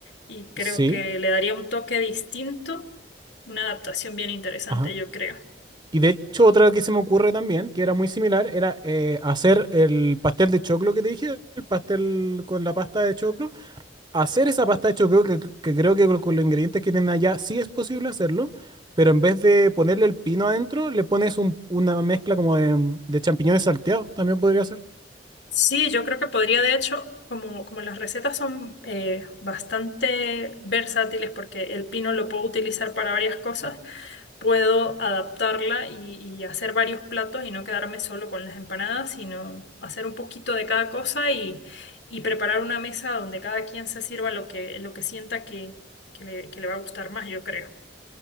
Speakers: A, on the left; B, on the right.
A: Y creo
B: Sí,
A: que le daría un toque distinto, una adaptación bien interesante,
B: ajá.
A: yo creo.
B: Y de hecho, otra que se me ocurre también, que era muy similar, era eh, hacer el pastel de choclo que te dije, el pastel con la pasta de choclo hacer esa pasta de hecho creo que, que creo que con con los ingredientes que tienen allá sí es posible hacerlo, pero en vez de ponerle el pino adentro, le pones un- una mezcla como de, de champiñones salteados, también podría ser.
A: Sí, yo creo que podría, de hecho, como, como las recetas son eh, bastante versátiles, porque el pino lo puedo utilizar para varias cosas, puedo adaptarla y, y hacer varios platos y no quedarme solo con las empanadas, sino hacer un poquito de cada cosa y, y preparar una mesa donde cada quien se sirva lo que, lo que sienta que, que le, que le va a gustar más, yo creo.